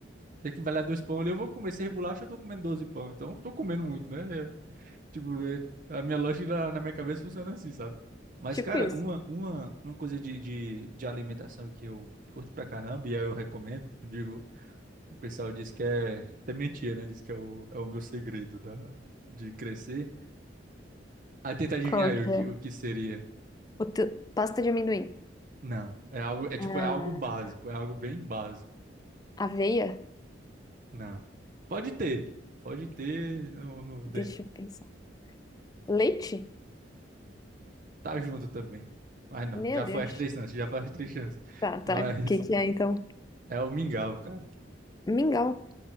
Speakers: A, on the right; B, on the left.
A: se equivale a dois pão ali, eu vou comer seis bolachas, eu tô comendo 12 pão, então eu tô comendo muito, né? É, tipo, é- a minha lógica na, na minha cabeça funciona assim, sabe? Mas,
B: Tipo
A: cara,
B: isso.
A: uma, uma, uma coisa de, de, de alimentação que eu curto pra caramba, e aí eu recomendo, eu digo, o pessoal diz que é, até minha tia, né, diz que é o, é o meu segredo da, de crescer. Aí tenta adivinhar
B: Qual
A: aí
B: que
A: o que,
B: é?
A: o que seria.
B: O te- Pasta de amendoim.
A: Não, é algo, é tipo,
B: Ah,
A: é algo básico, é algo bem básico.
B: Aveia?
A: Não. Pode ter, pode ter no, no
B: Deixa
A: dentro.
B: eu pensar. Leite?
A: Tá junto também. Mas não,
B: Meu
A: já
B: Deus.
A: foi as três chances, já foi as três chances.
B: Tá, tá.
A: Mas
B: O que que é então?
A: <laughs> é o mingau, cara.
B: Mingau.